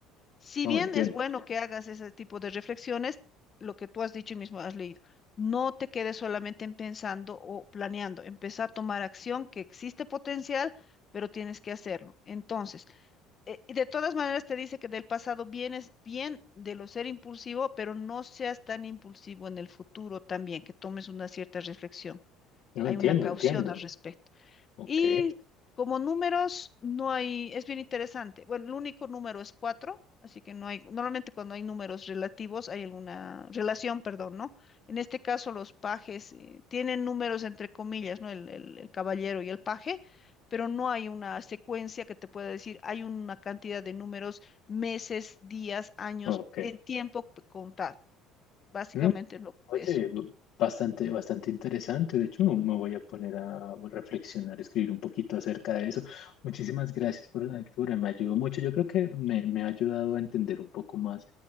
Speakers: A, on the left (about 40°); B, on the left (about 65°).
A: Si
B: No,
A: bien
B: entiendo.
A: es bueno que hagas ese tipo de reflexiones, lo que tú has dicho y mismo has leído, no te quedes solamente en pensando o planeando, empieza a tomar acción que existe potencial, pero tienes que hacerlo. Entonces, eh, y de todas maneras te dice que del pasado vienes bien de lo ser impulsivo, pero no seas tan impulsivo en el futuro también, que tomes una cierta reflexión.
B: No,
A: Hay
B: entiendo,
A: una Wow. caución
B: entiendo.
A: al respecto.
B: Ok,
A: Y como números, no hay, es bien interesante. Bueno, el único número es cuatro, así que no hay, normalmente cuando hay números relativos hay alguna relación, perdón, ¿no? En este caso, los pajes eh, tienen números entre comillas, ¿no? El, el- el caballero y el paje, pero no hay una secuencia que te pueda decir, hay una cantidad de números, meses, días, años,
B: ok.
A: en tiempo p- contar. Básicamente
B: Mm,
A: es lo
B: Oye,
A: eso.
B: b- bastante, bastante interesante. De hecho, me me voy a poner a reflexionar, escribir un poquito acerca de eso. Muchísimas gracias por la lectura, me ayudó mucho. Yo creo que me, me ha ayudado a entender un poco más